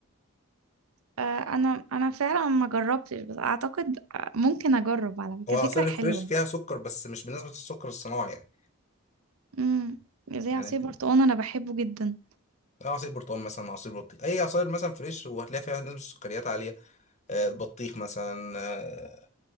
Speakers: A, on the right (about 70°); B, on the left (about 30°).
A: آه، انا انا فعلا ما جربتش بس اعتقد آه، ممكن اجرب على فكره
B: هو العصاير
A: فكره حلوه
B: الفريش فيها سكر بس مش بنسبه السكر الصناعي يعني
A: امم زي
B: يعني
A: عصير
B: انت
A: برتقال انا بحبه جدا
B: آه، عصير برتقال مثلا عصير بطيخ اي عصاير مثلا فريش وهتلاقي فيها نسبه السكريات عاليه آه، البطيخ مثلا آه،